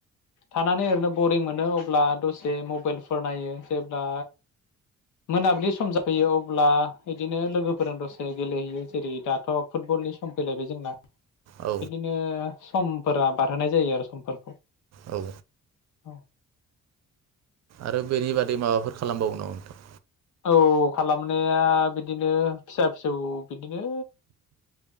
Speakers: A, on the left; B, on the right.
A: थानानै ओरैनो बरिं मोनो अब्ला दसे मबाइलफोर नायो जेब्ला मोनाबिलि सम जाफैयो अब्ला बिदिनो लोगोफोरजों दसे गेलेहैयो जेरै दाथ' फुटबलनि सम फैलायबाय जोंना बिदिनो
B: औ
A: समफोरा बारहोनाय जायो आरो समफोरखौ
B: औ
A: औ
B: आरो बेनि बादै माबाफोर खालामबावगोन नामा
A: औ खालामनाया बिदिनो फिसा फिसौ बिदिनो